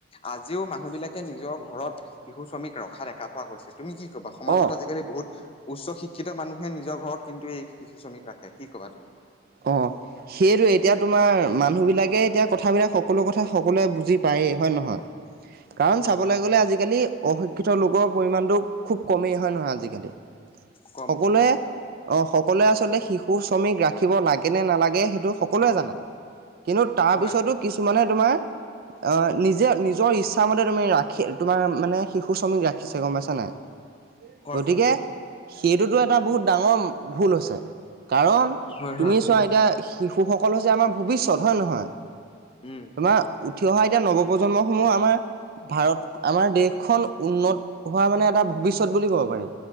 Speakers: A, on the left (about 30°); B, on the right (about 55°).
A: আজিও মানুহ বিলাকে নিজৰ ঘৰত শিশু শ্ৰমিক ৰখা দেখা পোৱা গৈছিল। তুমি কি ক'া সমাজত
B: অঁ
A: আজিকালি বহুত উচ্চ শিক্ষিত মানুহে নিজৰ ঘৰত কিন্তু এই শিশু শ্ৰমিক ৰাখে কি কবা তুমি।
B: অ'। সেইটোৱে এতিয়া তোমাৰ মানুহবিলাকে এতিয়া কথাবিলাক সকলো কথা সকলোৱে বুজি পায়েই হয় নহয় কাৰণ
A: হয়
B: চাবলৈ
A: হয়
B: গ'লে আজিকালি অশিক্ষিত লোকৰ পৰিমণটো খুব কমেই হয় নহয় আজিকালি
A: কম
B: সকলোৱে
A: কম
B: অ সকলোৱে আচলতে শিশু শ্ৰমিক ৰাখি থিব লাগে নে নালাগে সেইটো সকলোৱে জানে কিন্তু তাৰপিছতো
A: হয়
B: কিছুমানে তোমাৰ অ নিজে নিজৰ ইচ্ছা মতে তুমি ৰাখি তোমাৰ মানে শিশু শ্ৰমিক ৰাখিছে গম পাইছা নাই উ
A: হয়
B: গতিকে
A: হয়
B: সেইটোতো এটা বহুত ডাঙৰ ভুল হৈছে কাৰণ
A: হয়
B: তুমি
A: হয়
B: চোৱা এতিয়া শিশুসকল হৈছে আমাৰ ভৱিষ্যত হয় নে নহয়
A: উম
B: তোমাৰ উঠি অহা এতিয়া নৱপ্ৰন্মসমূহ আমাৰ ভাৰত আমাৰ দেশখন উন্নত হোৱা মানে এটা ভৱিষ্যত বুলি ক'ব পাৰি